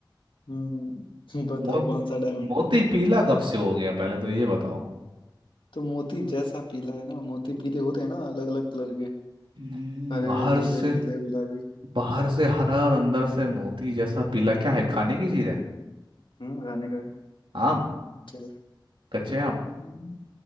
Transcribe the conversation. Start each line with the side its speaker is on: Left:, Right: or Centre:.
Left: हम्म <laughs> बताओ
Right: मो,
Left: कौन सा डायमंड
Right: मोती
Left: है
Right: पीला कब से हो गया पहले तो ये बताओ
Left: तो मोती जैसा पीला है ना मोती पीले होते हैं ना अलग अलग कलर के
Right: हम्म,
Left: हरे
Right: बाहर
Left: नीले
Right: से
Left: पीले गुलाबी
Right: बाहर से हरा और अंदर से मोती जैसा पीला क्या है खाने की चीज है
Left: हम्म खाने का है
Right: आम
Left: क्या
Right: कच्चे आम
Left: हम्म,